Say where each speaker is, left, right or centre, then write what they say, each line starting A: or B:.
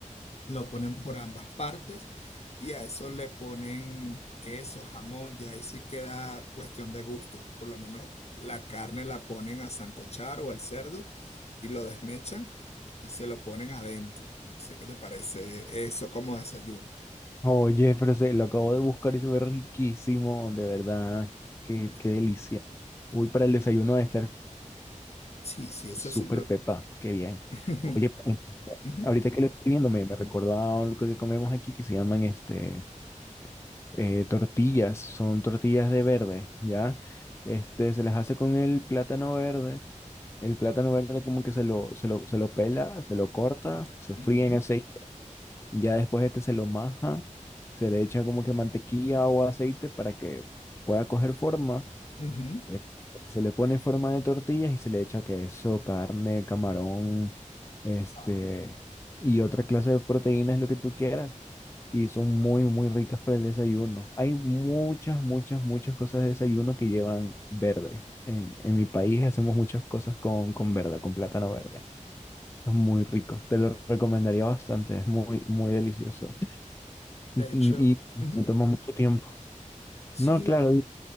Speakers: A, on the left; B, on the left.
A: lo ponen por ambas partes y a eso le ponen queso, jamón, ya ahí sí queda cuestión de gusto. Por lo menos la carne la ponen a sancochar o al cerdo y lo desmechan y se lo ponen adentro. No sé qué te parece eso como desayuno.
B: Oye, pero se, lo acabo de buscar y se ve riquísimo, de verdad. Qué,
A: Mm.
B: qué delicia. Uy, para el desayuno de estar
A: Sí, sí, eso
B: Súper
A: sí.
B: Pepa, qué bien.
A: Ujú,
B: Oye,
A: ujú,
B: ahorita que lo estoy viendo, me, me recordó a algo que comemos aquí que se llaman este, eh, tortillas, son tortillas de verde, ¿ya? Este, se las hace con el plátano verde. El plátano verde como que se lo, se lo, se lo pela, se lo corta, se fríe
A: ujú,
B: en aceite, ya después este se lo maja, se le echa como que mantequilla o aceite para que pueda coger forma.
A: ujú.
B: Eh, Se le pone en forma de tortillas y se le echa queso, carne, camarón, este,
A: Ah,
B: y otra clase de proteínas, lo que tú quieras. Y son muy, muy ricas para el desayuno. Hay muchas, muchas, muchas cosas de desayuno que llevan verde. En, en mi país hacemos muchas cosas con, con verde, con plátano verde. Es muy rico. Te lo recomendaría bastante. Es muy, muy delicioso. Y,
A: De hecho,
B: y
A: ujú.
B: no toma mucho tiempo.
A: sí,
B: No, claro,
A: lo,